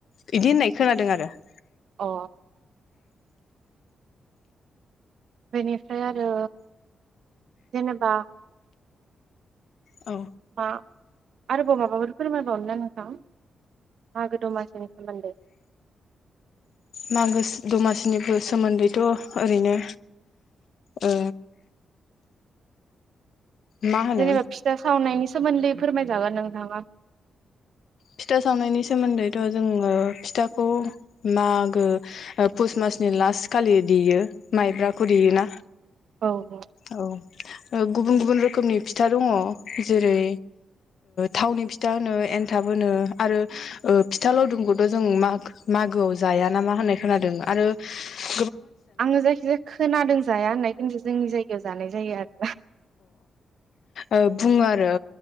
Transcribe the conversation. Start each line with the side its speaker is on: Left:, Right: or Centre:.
Left: बिदि होननाय खोनादों आरो ।
Right: अ बेनिफ्राय आरो जेनेबा
Left: औ
Right: मा आरोबाव माबाफोर फोरमायबावनो ना नोंथां मागो दमासिनि सोमोन्दै?
Left: मागो दमासिनिबो सोमोन्दैथ' ओरैनो ओ मा होनो
Right: जेनेबा फिथा सावनायनि सोमोन्दै फोरमायजागोन नोंथाङा ।
Left: फिथा सावनायनि सोमोन्दैथ' जोङो फिथाखौ मागो पुस मासनि लास्ट खालि देयो माइब्राखौ देयोना?
Right: औ औ
Left: औ ओ गुबुन गुबुन रोखोमनि फिथा दङ जेरै थावनि फिथा होनो एन थाबोनो आरो ओ फिथा लावदुमखौथ' जों म मागोआव जाया नामा होननाय खोनादों आरो ।
Right: आंनो जायखिजाया खोनादों जाया होननाय खिन्थु जोंनि जायगायाव जानाय जायो आरो
Left: अ बुङो आरो